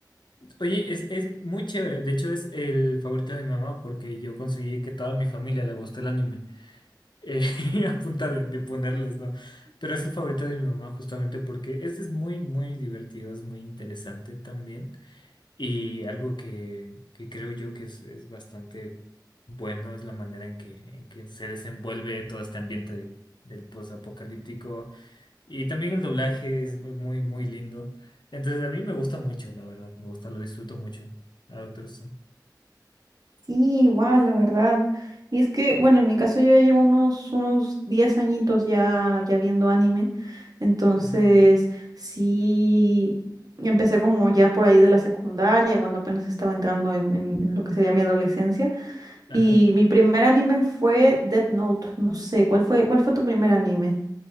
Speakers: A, on the left; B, on the right.
A: Oye, es, es muy chévere. De hecho, es el favorito de mi mamá porque yo conseguí que toda mi familia le guste el anime. eh, <laughs> a punta de, de ponerles, ¿no? Pero es el favorito de mi mamá justamente porque este es muy, muy divertido, es muy interesante también. Y algo que, que creo yo que es, es bastante bueno es la manera en que, en que se desenvuelve todo este ambiente de- del posapocalíptico. Y también el doblaje es muy, muy muy lindo. Entonces a mí me gusta mucho, la verdad, me gusta, lo disfruto mucho. Ah, Doctor Stone.
B: Sí, igual, la verdad. Y es que, bueno, en mi caso yo ya llevo unos, unos 10 añitos ya, ya viendo anime. Entonces,
A: Ajá, wow.
B: sí, empecé como ya por ahí de la secundaria, cuando apenas estaba entrando en, en- en lo que sería mi adolescencia.
A: Ajá.
B: Y mi primer anime fue Death Note. No sé, ¿cuál fue, cuál fue tu primer anime?